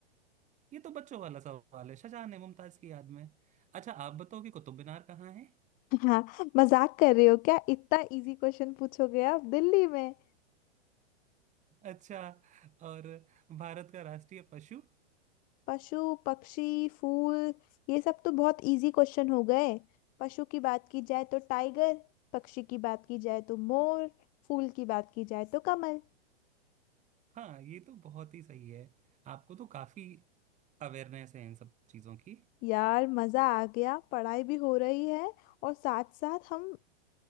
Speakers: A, on the right; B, on the left.
A: ये तो बच्चों वाला सवाल है शाहजहां ने मुमताज की याद में अच्छा आप बताओ कि कुतुब मीनार कहाँ है
B: हाँ मजाक कर रहे हो क्या इतना इजी
A: <laughs>
B: क्वेश्चन पूछोगे आप दिल्ली में
A: अच्छा और भारत का राष्ट्रीय पशु
B: पशु पक्षी फूल ये सब तो बहुत इजी क्वेश्चन हो गए पशु की बात की जाए तो टाइगर पक्षी की बात की जाए तो मोर फूल की बात की जाए तो कमल
A: हाँ ये तो बहुत ही सही है आपको तो काफी अवेयरनेस है इन सब चीजों की
B: यार मजा आ गया पढ़ाई भी हो रही है और साथ साथ हम